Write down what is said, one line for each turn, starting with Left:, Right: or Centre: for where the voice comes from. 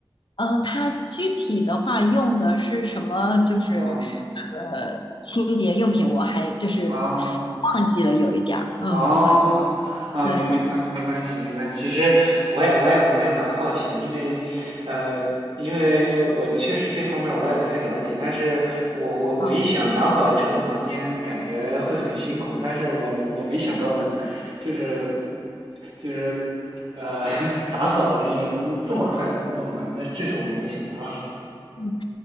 Left: 嗯，它具体的话用的是什么？就是
Right: 啊
Left: 呃清洁用品，我还就是
Right: 啊。
Left: 忘记了有一点儿，嗯，
Right: 哦，
Left: 不好意思，
Right: <laughs> 啊，
Left: 对。
Right: 没没关没关系没关系。其实我也我也我也蛮好奇的，因为呃，因为我确实这方面我也不太了解，但是我我我一想打扫整个房间，
Left: 啊。
Right: 感觉会很辛苦，但是我我没想到能就是就是呃 <laughs> 打扫人员能这么快弄完，那这是我没有想到。
Left: 嗯，